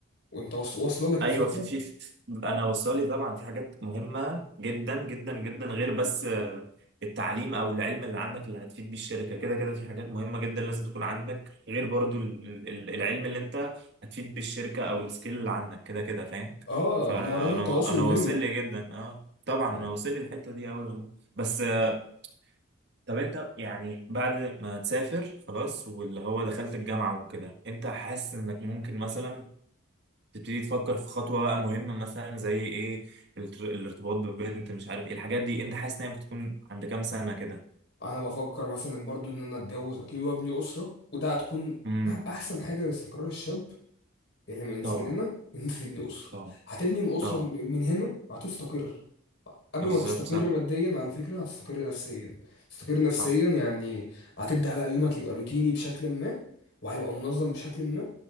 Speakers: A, on the left; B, on the right.
A: وانت واص- واصله لك الفكره
B: ايوه في في, في انا وصلي طبعا في حاجات مهمه جدا جدا جدا غير بس آه، التعليم او العلم اللي عندك اللي هتفيد بيه الشركه كده كده في حاجات مهمه جدا لازم تكون عندك غير برضو ال- ال- العلم اللي انت هتفيد بيه الشركه او السكيل اللي عندك كده كده فاهم
A: اه
B: فانا
A: مهارات التواصل
B: انا
A: مهمه
B: واصل لي جدا اه طبعا
A: يعني
B: انا واصل لي الحته دي قوي والله بس آه، طب انت يعني بعد ما تسافر خلاص واللي هو دخلت الجامعه وكده انت حاسس انك ممكن مثلا تبتدي تفكر في خطوة بقى مهمة مثلا زي ايه التر- الارتباط ببنت مش عارف ايه الحاجات دي انت حاسس ان هي ممكن تكون عند كام سنة كده
A: انا بفكر مثلا برضه ان انا اتجوز اكيد وابني اسره وده هتكون
B: امم
A: أح- احسن حاجه لاستقرار الشاب اللي من
B: طبعا
A: سننا ان انت تبني اسره
B: طبعا
A: هتبني من اسره
B: طبعا
A: من من هنا هتستقر قبل
B: بالظبط
A: ما تستقر
B: صح
A: ماديا على فكرة هتستقر نفسيا تستقر نفسيا
B: صح
A: يعني هتبدأ بقى يومك يبقى روتيني بشكل ما وهيبقى منظم بشكل ما